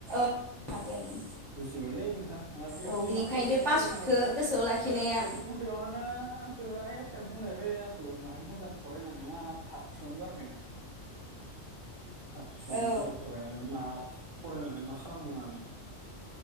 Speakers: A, in the centre; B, on the right.
A: <inaudible>
B: बुजिबायलै नोंथां बेबायदिनो
A: औ बिनिखायनो
B: माहाय माहाय
A: बे पासवर्डखौ
B: फोरोंना होबाय था
A: गोसोआव लाखिनाया
B: माने उन्दैयावहानो <unintelligible> आइया <unintelligible> बुंनायलै आंखौ माहाय मोजां फरायनानै आरो आंहा थाखोसेयावनो गारबायना। थाखोसेयावनो
A: औ
B: आरो फरायनानै मा फरायनानैलाय मा खालामनो होननानै